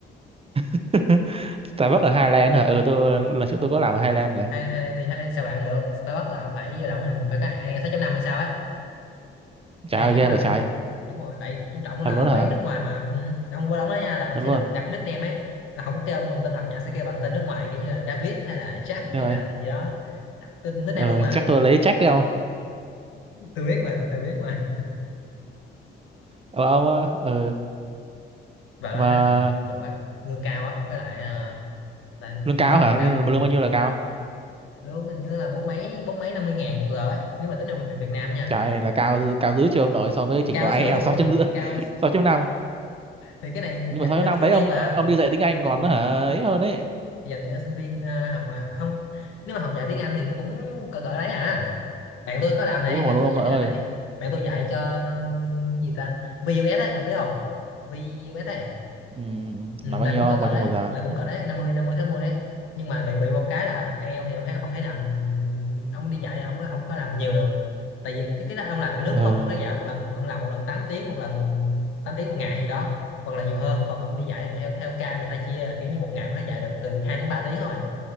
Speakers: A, on the right; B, on the left.
A: <laughs> Starbucks ở Highland hả ừ tôi lần trước
B: Ông-
A: tôi có làm ở Highland này
B: hay hay thì hay lên sao bạn được Starbucks là ông phải vô động hình phải có ai 6 năm hay sao ấy
A: trời
B: ai
A: ơi
B: sáu
A: ghê
B: 6 năm
A: vậy trời
B: mới vào được đấy đúng rồi tại trong trọng là
A: thật luôn
B: quán
A: hả
B: nước ngoài mà ừ. ông vô đóng đó nha là ông
A: thật
B: sẽ
A: luôn
B: được đặt nickname ấy là không có kêu ông bằng tên thật nha sẽ kêu bằng tên nước ngoài kiểu như là David hay là Jack hay
A: ghê vậy
B: là gì đó đặt tên nickname
A: ờ,
B: luôn mà
A: chắc tôi lấy check đâu
B: tôi biết mà tôi tôi biết mà
A: ờ, ông ờ, ờ,
B: và đó
A: mà
B: làm được á lương cao á với lại ờ, là-
A: lương cao
B: đúng là lương
A: hả
B: cao
A: lương
B: ờ,
A: bao
B: lương
A: nhiêu là cao
B: lương hình như là bốn mấy bốn mấy năm mươi ngàn một giờ ấy nếu mà tính ở bên Việt Nam nha
A: trời là cao cao
B: ừ.
A: dữ chưa ông nội so với trình
B: cao
A: độ IELTS
B: so với phục
A: <laughs> sáu
B: vụ
A: chấm rưỡi
B: cao
A: <laughs> sáu chấm năm
B: thì cái này
A: nhưng
B: dành
A: mà sáu
B: cho
A: chấm năm
B: sinh
A: đấy
B: viên
A: ông
B: mà
A: ông đi dạy tiếng Anh còn
B: ừ.
A: nó hả ấy hơn đấy
B: Thì dành cho sinh viên à, học mà không nếu mà học dạy tiếng Anh thì nó cũng cỡ cỡ đấy à bạn tôi có làm này
A: hú hồn
B: bạn
A: luôn
B: tôi
A: ông
B: có dạy
A: nội
B: tiếng
A: ơi
B: Anh này bạn tôi dạy cho ừ, gì ta VUS ấy ông biết không VUS ấy
A: ừ,
B: Ừ,
A: là
B: là
A: bao nhiêu
B: cũng cỡ cỡ
A: bao nhiêu
B: đấy
A: một giờ
B: là cũng cỡ đấy năm năm mươi năm mươi sáu mươi đấy nhưng mà bị bị một cái là IELTS thì ông thấy không thấy làm ông đi dạy ông có không có làm nhiều được tại vì cái cái đó ông làm cái nước
A: Ờ,
B: đúng không ông phải dạy một lần ông làm một lần 8 tiếng một lần 8 tiếng một ngày gì đó hoặc là nhiều hơn còn ông đi dạy thì dạy theo, theo ca người ta chia kiểu như một ngày có thể dạy được từ 2 đến 3 tiếng thôi